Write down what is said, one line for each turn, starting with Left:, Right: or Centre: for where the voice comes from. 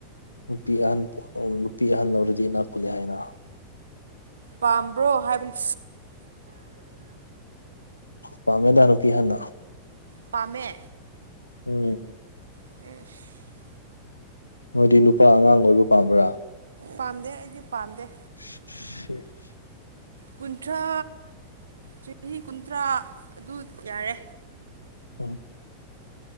Left: ꯅꯨꯄꯤ ꯑꯍꯟ ꯅꯨꯄꯤ ꯑꯍꯟ ꯂꯧꯔꯗꯤ ꯏꯅꯥꯛ ꯈꯨꯜꯂꯦ ꯍꯥꯏꯅ
Right: ꯄꯥꯝꯕ꯭ꯔꯣ ꯍꯥꯏꯕꯅꯤ
Left: ꯄꯥꯝꯃꯦꯗ ꯅꯨꯄꯤ ꯑꯥꯍꯟ
Right: ꯄꯥꯝꯃꯦ
Left: ꯎꯝ
Right: <unintelligible>
Left: ꯅꯣꯏꯗꯤ ꯅꯨꯄꯥ ꯑꯉꯥꯡ ꯑꯣꯏꯕ ꯄꯥꯝꯕ꯭ꯔꯥ
Right: ꯄꯥꯝꯗꯦ ꯑꯩꯗꯤ ꯄꯥꯝꯗꯦ
Left: <unintelligible>
Right: ꯀꯨꯟꯊ꯭ꯔꯥ ꯆꯍꯤ ꯀꯨꯟꯊ꯭ꯔꯥ ꯑꯗꯨ ꯌꯥꯔꯦ
Left: ꯎꯝ